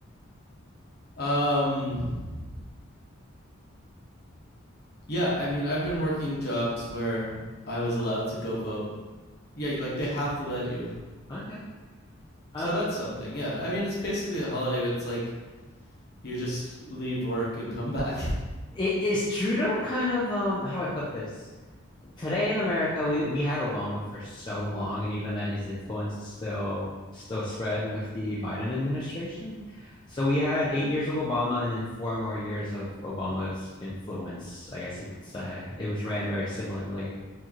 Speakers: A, on the left; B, on the left.
A: Um, yeah, I mean, I've been working jobs where I was allowed to go vote. Yeah, like they have to let you.
B: Okay. Um,
A: So that's something. Yeah, I mean, it's basically a holiday, but it's like you just leave work and come back.
B: Is Trudeau kind of um how do I put this? Today in America, we we had Obama for so long, and even then his influence is still still spread with the Biden administration. So we had eight years of Obama and then four more years of Obama's influence, I guess you could say. It was ran very similarly